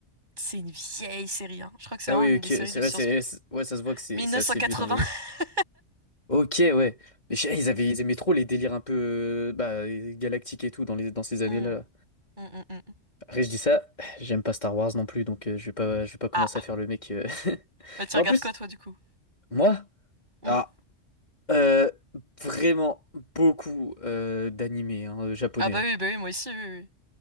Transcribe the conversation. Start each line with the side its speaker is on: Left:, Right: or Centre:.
Right: C'est une vieille série, hein. Je crois que c'est
Left: Ah
Right: vraiment
Left: oui,
Right: une
Left: ok.
Right: des séries
Left: C'est
Right: de
Left: vrai,
Right: science-fiction.
Left: c'est, ouais, ça se voit que c'est
Right: 1980.
Left: c'est assez vieux dans les,
Right: <laughs>
Left: Ok, ouais. Mais je- ils avaient, ils aimaient trop les délires un peu euh, bah, galactiques et tout dans les, dans ces années-là.
Right: Hmm, hmm, hmm, hmm.
Left: Après, je dis ça, <sighs> j'aime pas Star Wars non plus, donc euh, je vais pas, je vais pas commencer
Right: Ah,
Left: à faire le mec. euh. <laughs>
Right: bah tu
Left: Mais
Right: regardes
Left: en plus,
Right: quoi, toi, du coup?
Left: moi,
Right: Hum,
Left: ah, euh, vraiment beaucoup euh, d'animés hein, euh, japonais.
Right: Ah bah oui, bah oui, moi aussi, oui, oui.